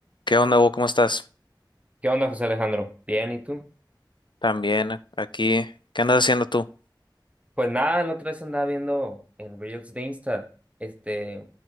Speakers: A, on the left; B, on the right.
A: ¿Qué onda, Hugo? ¿Cómo estás?
B: ¿Qué onda, José Alejandro? Bien, ¿y tú?
A: También aquí. ¿Qué andas haciendo tú?
B: Pues nada, la otra vez andaba viendo en Reels de Insta, este,